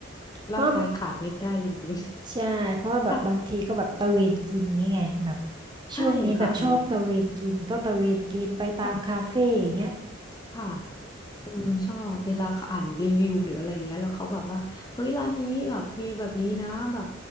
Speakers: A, on the right (about 20°); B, on the left (about 20°).
A: เพราะว่า
B: ร่างกายขาดไม่ได้จริง
A: ใช่เพราะว่าแบบบางทีก็แบบตะเวนกินงี้ไงแบบ
B: ๆ <laughs> ค่ะใช่ค่ะอันเนี้ย
A: ช่วงนี้แบบชอบตะเวนกินก็ตะเวนกินไปตามคาเฟ่อย่างเงี้ย
B: ค่ะ ค่ะเออชอบเวลาเขาอ่านรีวิวหรืออะไรอย่างเงี้ยแล้วเขาแบบว่า เฮ้ยร้านนี้แบบมีแบบนี้นะแบบ